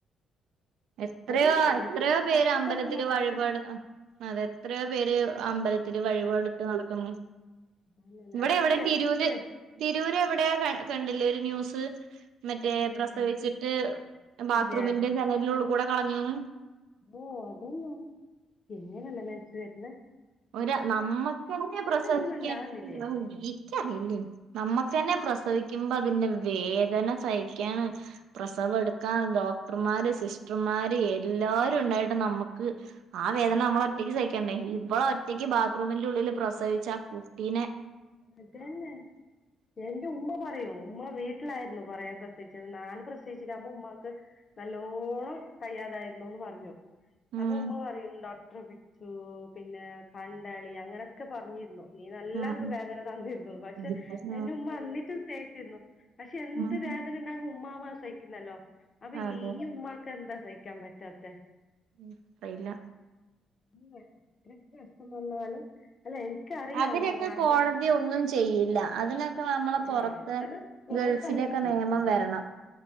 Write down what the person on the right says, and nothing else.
എത്രയോ
എത്രയോ
പേര്
അമ്പലത്തില്
വഴിപാട് അതെ എത്രയ പേര് അമ്പലത്തിൽ വഴിപാടിട്ട്
നടക്കുന്നു
ഇവിടെ
എവിടെ
തിരൂര് എവിടെയാ കണ്ടില്ലേ ഒരു ന്യൂസ് മറ്റേ
പ്രസവിച്ചിട്ട്
ബാത്റൂമിന്റെ
ജനലില കൂടെ കളഞ്ഞൂന്ന്
ഒ നമ്മുക്ക്ന്നെ പ്രസവിക്കാൻ
റിയില്ലേ നമ്മുക്ക്ന്നെ പ്രസവിക്കുമ്പോ അതിന്റെ വേദന സഹിക്കൻ പ്രസവം എടുക്കൻ ഡോക്ടർമാര് സിസ്റ്റർമാര് എല്ലരുും ഉണ്ടായിട്ട് നമ്മുക്ക് ആ വേദന നമ്മള ഒറ്റയ്ക്ക് സഹിക്കണ്ടേ ഇ റ്റക്ക് ബാത്റൂമിന്റെ ഉള്ളിൽ പ്ര പ്രസവിച്ച ആ കുട്ടീ
ഉം
ആഹ്
ആഹ്
ആഹ്
അതെ
മ്, ആയില്ല
അവരൊക്കെ
കോടതി ഒന്നും ചെയ്യില്ല അതിനൊക്കെ ഞമ്മളെ
പൊറതേയ്
ഗൾഫിലെക്കെ നിയമം
വെരണം.